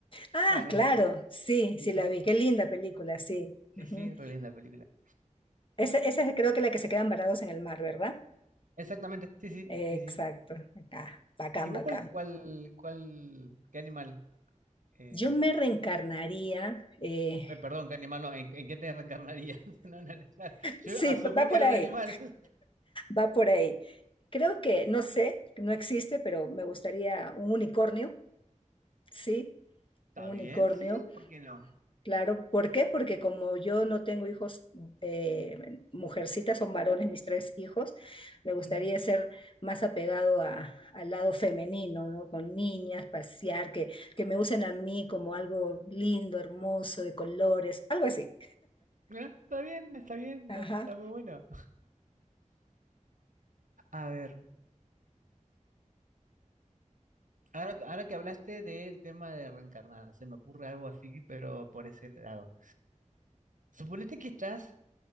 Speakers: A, on the left; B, on the right.
A: Ah,
B: Bueno, no
A: claro,
B: es India.
A: sí, sí
B: Sí, sí,
A: la vi. Qué linda película, sí.
B: sí,
A: Ujú.
B: sí, re linda película.
A: Esa, esa es creo que la que se quedan varados en el mar, ¿verdad?
B: Exactamente, sí, sí,
A: Eh,
B: sí,
A: exacto.
B: sí.
A: Acá, bacán,
B: ¿Y vos
A: bacán.
B: cuál, cuál, cuál, qué animal? eh,
A: Yo me reencarnaría. eh,
B: eh, perdón, qué animal no, ¿en, en qué te reencarnarías? <laughs> No, no, no, claro.
A: sí,
B: Yo asumí
A: p- va
B: que
A: por
B: era
A: ahí,
B: un animal. <laughs>
A: va por ahí. Creo que, no sé, no existe, pero me gustaría un unicornio, sí,
B: ¿Está
A: un
B: bien?
A: unicornio.
B: Sí, ¿por qué no?
A: Claro, ¿por qué? Porque como yo no tengo hijos, eh, mujercitas, son varones mis tres hijos, me gustaría
B: Ujú.
A: ser más apegado a- al lado femenino, ¿no? Con niñas, pasear, que, que me usen a mí como algo lindo, hermoso, de colores, algo así.
B: Eh, Está bien, está bien,
A: Ajá,
B: está, está muy bueno. A ver, Ahora, ahora que hablaste del tema de reencarnar, se me ocurre algo así, pero por ese lado. Suponete que estás